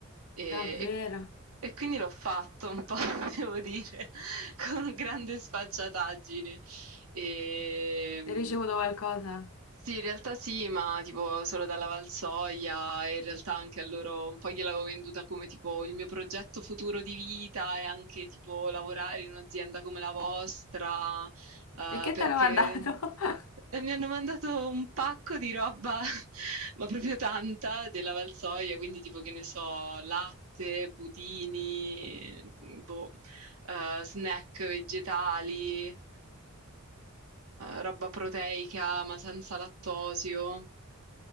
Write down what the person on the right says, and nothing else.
E,
e- e quindi l'ho fatto un po', <laughs> devo dire, con grande sfacciataggine. E,
sì, in realtà sì, ma tipo solo dalla Valsoia e in realtà anche a loro un po' gliel'avevo venduta come tipo il mio progetto futuro di vita e anche tipo lavorare in un'azienda come la vostra, eh,
perché
e mi hanno mandato un pacco di roba, <laughs> ma proprio tanta, della Valsoia, quindi tipo che ne so, latte, budini, boh, eh, snack vegetali, eh, roba proteica ma senza lattosio.